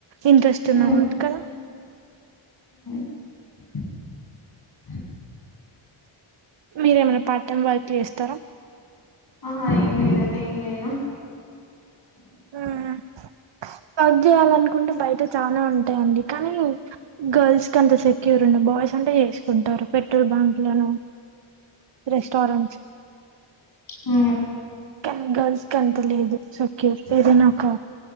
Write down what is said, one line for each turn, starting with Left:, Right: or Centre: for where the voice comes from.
Right: ఇంట్రెస్ట్ ఉన్నవాళ్ళ
Left: ఉమ్,
Right: కద
Left: <inaudible>
Right: మీరేమైనా పార్ట్ టైమ్ వర్క్ చేస్తారా
Left: ఆహా ఏం లేదండి ఏం చేయను
Right: ఆ పగ్ చేయాలనుకుంటే బయట చాలా ఉంటు ఉంటాయండి కానీ గర్ల్స్ కి అంత సెక్యూర్ ఉడి బాయ్స్ అంటే చేసుకుంటారు పె పెటల్ బ్యాంక్లను రెస్టారెంట్
Left: ఉ
Right: కన్ గర్ల్స్ క ఎంత లేదు సెక్యూర్ ఏద నాకు